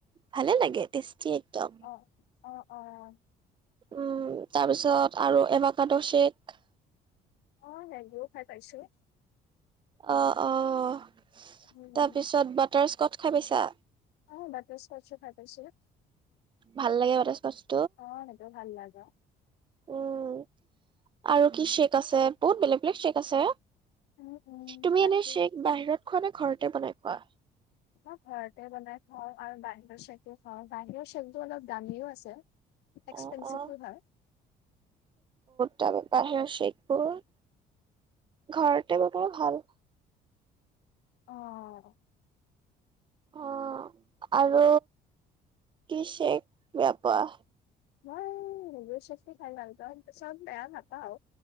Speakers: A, on the right; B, on the left.
A: ভালে লাগে টেষ্টি। একদম।
B: অ'। অঁ অঁ।
A: উম, তাৰপিছত আৰু এভাকাদ' শ্বেক
B: অ' হেৰিও খাই পাইছোঁ।
A: অ'-অ'
B: উম,
A: তাৰপিছত বাটাৰস্কট খাই পাইছা?
B: অ' বাটাৰ স্কচো খাই পাইছোঁ।
A: ভাল লাগে বাটাৰ স্কচ।
B: অ' সেইটো ভাল লাগে।
A: উম আৰু কি শ্বেক আছে বহুত বেলেগ বেলেগ শ্বেক আছে।
B: উম, উম,
A: তুমি
B: বাকী
A: এনে শ্বেক
B: মই
A: বাহিৰত খোৱা নে ঘৰত এ বনাই খোৱা
B: মই ঘৰতে বনাই খাওঁ, আৰু বাহিৰৰ শ্বেকো খাওঁ। বাহিৰৰ শ্বেকটো অলপ দামীও আছে।
A: অ
B: এক্সপেনঞ্চিভ
A: অ
B: ও হয়।
A: তাপা বাহিৰৰ শ্বেকবোৰ ঘৰতে বনোৱা ভাল।
B: অ'।
A: অ', আৰু কি শ্বেক বেয়া পোৱা?
B: মই, নিজৰ শ্বেকে খাই ভাল পাওঁ কিন্ত চব বেয়া নাপাওঁ।